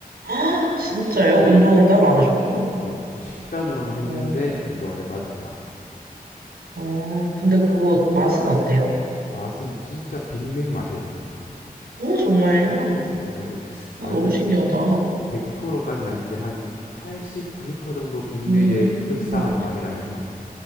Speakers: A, on the right; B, on the left.
A: 아, 진짜요? 운동은 따로 안 하셨고?
B: 이제 식단으로만 했는데
A: 어,
B: 이렇게 완전 빠졌다.
A: 어, 근데 그거 맛은 어때요?
B: 맛은 진짜 빅맥 맛이에요.
A: 어, 정말요?
B: 네, 사실
A: 어,
B: 완전
A: 너무 신기하다.
B: 100%까지는 아닌데 한 80, 90% 정도 빅맥에
A: 음,
B: 흡사한 맛이라 해야 되나?